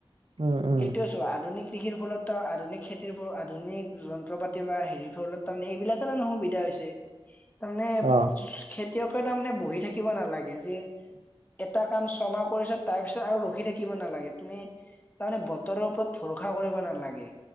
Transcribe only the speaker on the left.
সেইটো। চোৱা আধুনিক কৃষিৰ ফলত তাৰ আধুনিক খেতিৰ ফলত আধুনিক যন্ত্ৰ পাতি বা হেৰিৰ ফলত তাৰমানে এইবিলাকে কাৰণে নহবৈ। দিকদাৰ হৈছে তাৰমানে।
খেতিয়কে তাৰমানে বহি থাকিব নালাগে যে এটা কাম ছমাহ কৰিছে। তাৰপিছত আৰু ৰখি থাকিব নালাগে তুমি তাৰমানে বতৰৰ ওপৰত ভৰষা কৰিব নালাগে।